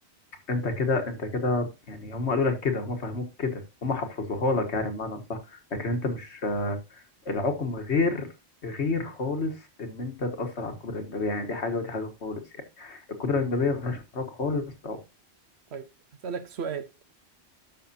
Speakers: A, on the left (about 75°); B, on the right (about 70°).
A: انت كده انت كده يعني هم قالوا لك كده هم فهموك كده هم حفظوها لك يعني بمعنى صح لكن انت مش العقم غير غير خالص ان انت تاثر على القدره الانجابيه يعني دي حاجه ودي حاجه خالص يعني القدره الانجابيه ملهاش علاقه خالص بالعقم
B: طيب هسألك سؤال